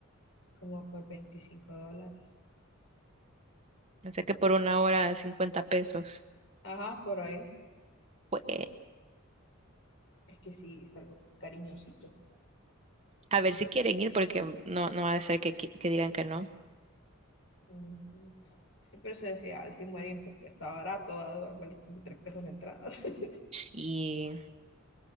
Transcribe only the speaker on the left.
como por 25 dólares.
Ajá, por ahí.
Es que sí, es algo cariñosito.
Ujú. Sí, por eso decía al Timurín, porque está barato, va- vale como tres pesos la entrada. <laughs>